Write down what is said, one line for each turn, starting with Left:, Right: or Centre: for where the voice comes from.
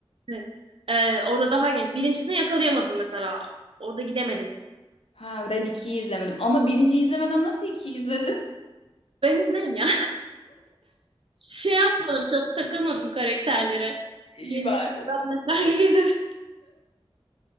Right: Evet. Ee, orada daha genç. Birincisini yakalayamadım mesela. Orada gidemedim.
Left: Ha ben ikiyi izlemedim. Ama birinciyi izlemeden nasıl ikiyi izledin?
Right: Ben izlerim ya. Şey yapmadım çok takılmadım karakterlere.
Left: İyi
Right: Yeni
Left: bari.
Right: sıfırdan başlar gibi izledim.